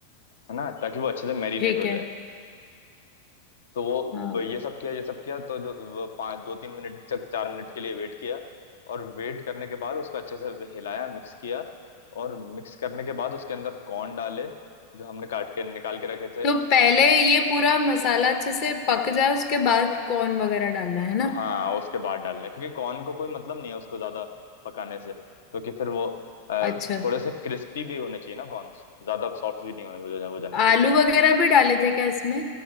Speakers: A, on the left (about 60°); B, on the left (about 40°).
A: है ना ताकि वो अच्छे से मैरिनेट
B: ठीक
A: हो
B: है
A: जाए तो वो
B: हाँ
A: तो ये सब किया ये सब किया तो जो वो पाँच दो तीन मिनट तक चार मिनट के लिए वेट किया और वेट करने के बाद उसको अच्छे से हिलाया मिक्स किया और मिक्स करने के बाद उसके अंदर कॉर्न डाले जो हमने काट के निकाल के रखे थे है
B: तो पहले
A: ना
B: ये पूरा मसाला अच्छे से पक जाए उसके बाद कॉर्न वगैरह डालना है ना
A: हाँ उसके बाद डालने क्योंकि कॉर्न को कोई मतलब नहीं है उसको ज्यादा पकाने से क्योंकि फिर वो अ,
B: अच्छा
A: थोड़े से क्रिस्पी भी होने चाहिए ना कॉर्न्स ज्यादा सॉफ्ट भी नहीं होने वो जाने चाहिए
B: आलू वगैरह भी डाले थे क्या इसमें